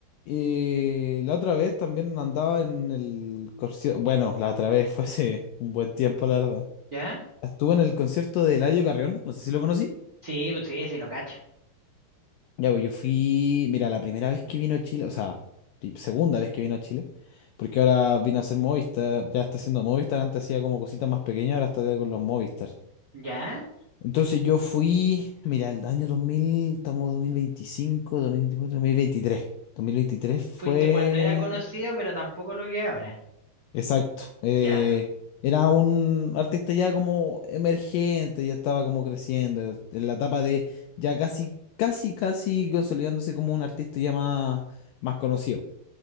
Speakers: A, on the left; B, on the right.
A: Y la otra vez también andaba en el concierto, bueno, la otra vez <laughs> fue hace un buen tiempo, la verdad.
B: ¿Ya?
A: Estuve en el concierto de Eladio Carrión, no sé si lo conocí.
B: Sí, pues sí, sí, lo cacho.
A: Ya, pues yo fui, mira, la primera vez que vino a Chile, o sea, y segunda vez que vino a Chile, porque ahora vino a hacer Movistar, ya está haciendo Movistar, antes hacía como cositas más pequeñas, ahora está con los Movistar.
B: ¿Ya?
A: Entonces yo fui, mira, el año 2000 estamos dos dos dos mil mil mil veinticinco veinticuatro veintitrés dos mil veintitrés fue
B: Fuiste cuando era conocido, pero tampoco lo que es ahora.
A: Exacto. eh,
B: Ya,
A: era un artista ya como emergente, ya estaba como creciendo, eh, en la etapa de ya casi, casi, casi consolidándose como un artista ya más, más conocido.